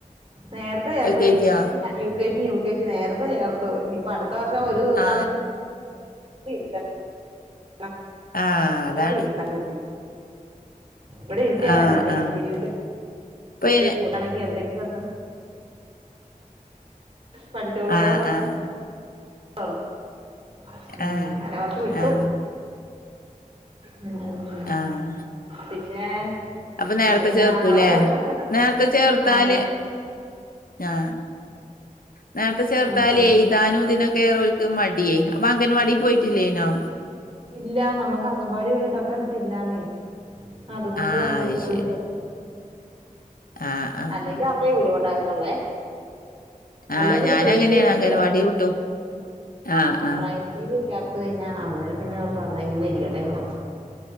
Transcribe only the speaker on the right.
നേരത്തെ ചേർത്തു
യു
കെ ജി ലാ U L K G U ക ജി നേർത്തെ ചേർത്തു ഇനിപ്പ അട്ത്ത വർഷം ഒരു
താണ ഇരി <unintelligible>
കൂട്ടി ഇവ്ടെ ഇര്ത്തിയാ
പറ്റ്ന്നേ
പിരി
എന്തേലും കുട്ടണെങ്കി എന്തെങ്കിലും ഒന്ന് പഠിച്ചോളോലോ
<unintelligible> അങ്ങനെ
ഓർത്ത് വിട്ടു
മ് മ്
പിന്നെ
പിന്നന്നാ
അവ്ടെ പുഴകളൊക്കെ ഉണ്ടോ
ആഹ് അതെ
ഉം ഉം
ഇല്ലാ നമ്മക്ക് അങ്കമ്പാടി ഇവിടെ തൊട്ടടുത്ത്ല്ലാന്നേ അതുകൊണ്ട്
ഞങ്ങള്
സ്കൂളി
ചേർത്തതാ
അല്ലെങ്കി അവ ടെ വിടുവോണ്ടായിരുന്നൊള്ളെ അല്ല
പിന്നെ
പ്രീകെ ജി
ചേർകണം
ആ
പ്രൈമറില് ചേർത്ത് കഴിഞ്ഞാൽ അന്നേരം പിന്നെ ഓർക്കും എന്നാ ഇങ്ങനെ ഇരിക്കട്ടെ ഓർക്കും